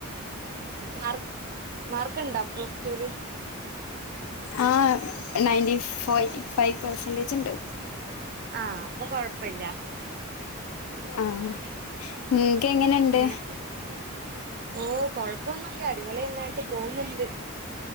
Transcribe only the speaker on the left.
ആ നയന്റി ഫോ ഫൈവ് പെർസെന്റേജ് ഉണ്ട്
ആഹ നിനക്ക് എങ്ങനെണ്ട്